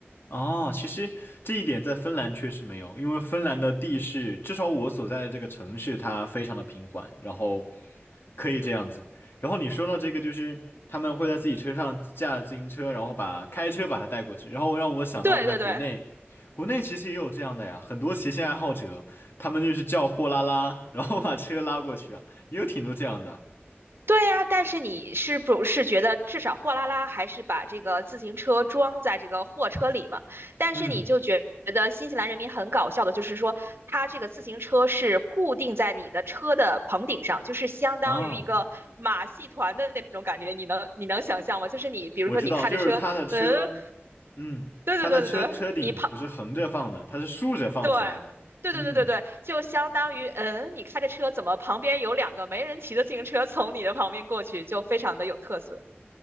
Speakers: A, on the left (about 60°); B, on the right (about 65°).
A: 哦，其实这一点在芬兰确实没有，因为芬兰的地势，至少我所在的这个城市，它非常的平缓，然后可以这样子。然后你说到这个，就是他们会在自己车上架自行车，然后把开车把它带过去，然后让我想到了在国内，
B: 对对对，
A: 国内其实也有这样的呀，很多骑行爱好者，他们就是叫货拉拉，然后把车拉过去啊，也有挺多这样的。
B: 对呀，但是你是不是觉得至少货拉拉还是把这个自行车装在这个货车里嘛？但是你就觉得新西兰人民很搞笑的，
A: 嗯，
B: 就是说他这个自行车是固定在你的车的棚顶上，就是相当于一个马戏团的那种感觉，
A: 啊。
B: 你能你能想象吗？就是你比如说你开着车，
A: 我知道，就是他的车，
B: 嗯，
A: 嗯，
B: 对对对对对，
A: 他的车车顶不是横着放的，
B: 你
A: 它是竖着放起来的。
B: 对，对对对对对，
A: 嗯，
B: 就相当于，嗯，你开着车怎么旁边有两个没人骑的自行车从你的旁边过去，就非常的有特色。